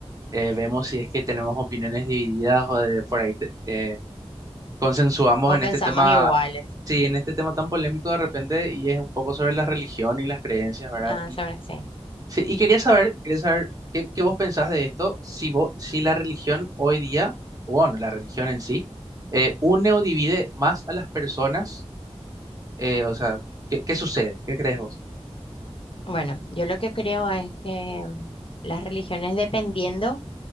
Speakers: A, on the right (about 35°); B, on the left (about 55°).
A: eh, vemos si es que tenemos opiniones divididas o de por ahí te- eh, consensuamos
B: o
A: en
B: pensamos
A: este tema,
B: iguales.
A: sí,
B: Mm.
A: en este tema tan polémico de repente y es un poco sobre la religión y las creencias, ¿verdad?
B: Ah, sobre sí.
A: Sí, y quería saber, quería saber qué, qué vos pensás de esto, si vos, si la religión hoy día, o bueno, la religión en sí, eh, une o divide más a las personas, eh, o sea, ¿qué, qué sucede? ¿Qué crees vos?
B: Bueno, yo lo que creo es que mm, las religiones, dependiendo